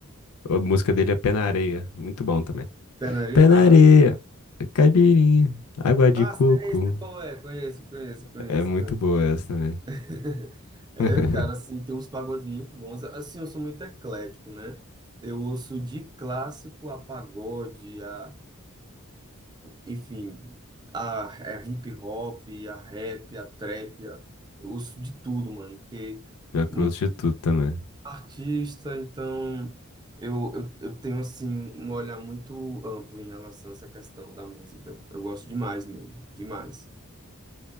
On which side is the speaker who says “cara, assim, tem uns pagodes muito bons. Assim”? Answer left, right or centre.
Right